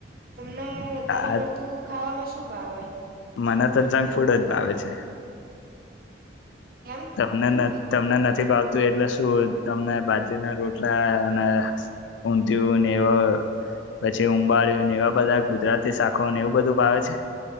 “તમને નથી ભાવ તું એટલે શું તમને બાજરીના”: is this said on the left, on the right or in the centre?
Left